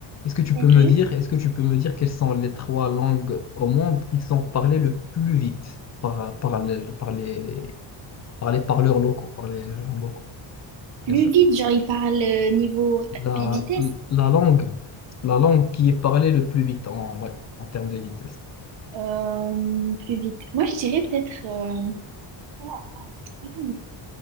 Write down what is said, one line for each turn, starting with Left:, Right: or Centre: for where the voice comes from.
Left: Est-ce que tu
Right: ok.
Left: peux me dire, est-ce que tu peux me dire quelles sont les trois langues au monde qui sont parlées le plus vite par, par les, par les, par les parleurs locaux, par les gens locaux,
Right: Plus
Left: bien sûr.
Right: vite, genre, il parle euh, niveau
Left: La,
Right: vi- vitesse.
Left: la langue, la langue qui est parlée le plus vite en, ouais, en termes de vitesse.
Right: Euh, plus vite. Moi, je dirais peut-être... euh, ah, ah, trois langues.